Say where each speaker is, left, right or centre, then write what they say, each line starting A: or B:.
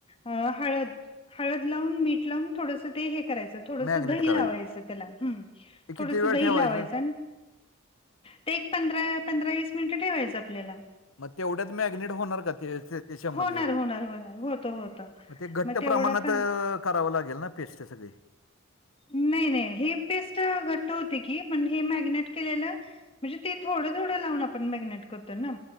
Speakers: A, on the left; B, on the left.
A: हळंद हळंद लावूंन मीठ लावूंन थोडंसं ते हे करायचं थोडंसं
B: मॅग्नेट
A: दही
B: करायचं
A: लावायचं त्यांला हं
B: ते
A: थोडंसं
B: किती वेळ
A: दही
B: ठेवायचं
A: लावायचं आणि ते एक पंधरा पंधरा वीस मिनिटं ठेवायचं आपल्यांला
B: मंग तेवढ्यांच मॅग्नेट होणारं कां त्यांच्यामध्ये
A: होणार होणार होणार होतं होतं
B: मंग ते घट्ट
A: मग तेवढा
B: प्रमाणांत
A: पण
B: करावं लागेल नां पेस्ट सगळीं
A: नाहीं नाहीं हे पेस्ट घट्ट होते की पणं हे मॅगिनेट केलेलं म्हणजे ते थोडं थोडं लावूंन आपणं मॅगनेट करतो नां